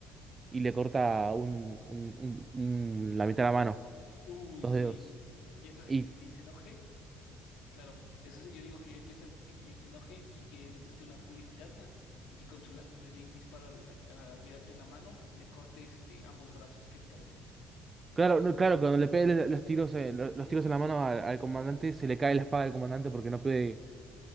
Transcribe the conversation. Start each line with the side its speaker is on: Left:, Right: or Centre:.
Right: y le corta un, un- un- un- la mitad de la mano,
Left: Uy,
Right: los
Left: sí.
Right: dedos.
Left: Y eso hace
Right: Y
Left: que Tilín se enoje Claro, eso sí, yo digo que yo sé que Tilín se enoje y que desate una furia interna y que con su láser le dé un disparo al, al- al almirante en la mano y le corte este, ambos brazos. ¿Qué te parece?
Right: claro, no, claro, cuando le pegue los tiros, eh, lo- los, tiros en la mano al, al comandante, se le cae la espada del comandante porque no puede,